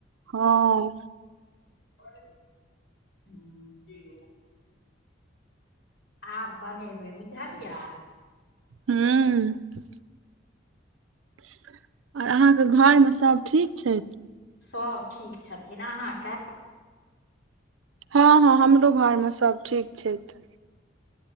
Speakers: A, on the right (about 90°); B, on the left (about 75°).
A: हँ
B: <unintelligible> आब बनेबै बुझलियै
A: हू <inaudible> और अहाँके घरमे सभ ठीक छैथ
B: सब ठीक छथिन अहाँके
A: हँ हँ हमरो घरमे सब ठीक छैथ